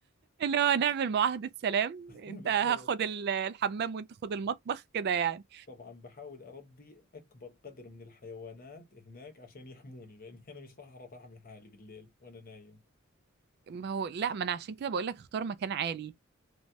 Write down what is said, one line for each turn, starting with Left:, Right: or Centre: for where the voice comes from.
Right: اللي هو نعمل معاهدة سلام انت
Left: بالضبط
Right: هاخد ال- الحمام وانت خد المطبخ كده يعني
Left: طبعا بحاول أربي أكبر قدر من الحيوانات هناك عشان يحموني لأني أنا مش راح أعرف أحمي حالي بالليل وأنا نايم
Right: ما هو لا ما انا عشان كده بقول لك اختار مكان عالي